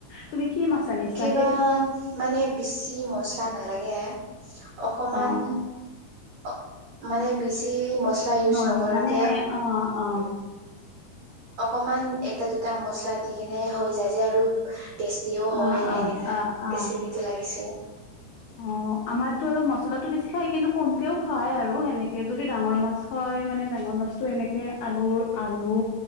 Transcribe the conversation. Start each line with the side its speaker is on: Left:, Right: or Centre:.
Left: তুমি কি মাছ আনিছা
Right: কিবা,
Left: সেইটো
Right: মানে বেছি মচলা নালাগে। অকমান,
Left: অ
Right: অ মানে। বেছি মছলা ইউজ
Left: নৰ্ম
Right: নকৰাকে।
Left: মানে অ অ
Right: অকমান এটা-দুটা মচলা দি কেনে হৈ যায়। আৰু টেষ্টিও
Left: অ
Right: হয়
Left: অ অ
Right: এনেকা,
Left: অ
Right: ৰেচিপিটো লাগিছিল।
Left: অ' আমাৰতো আৰু মছলাটো বেছি খায়, কিন্তু কমকেও খাই আৰু সেনেকে যদি ডাঙৰ মাছ হয়। তাই মানে ডাঙৰ মাছটো এনেকে আলুৰ, আলু।